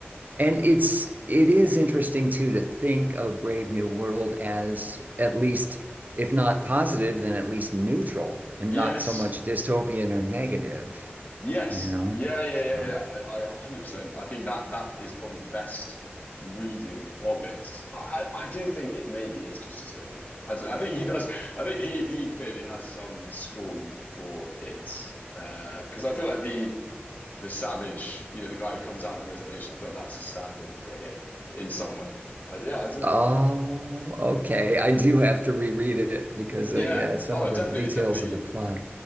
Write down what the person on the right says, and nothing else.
And it's it is interesting too to think of Brave New World as at least, if not positive, then at least neutral and
not so much dystopian or negative,
you know?
So,
oh,
okay. I do have to reread it because
uh, yeah, some
of
the details
of the plot.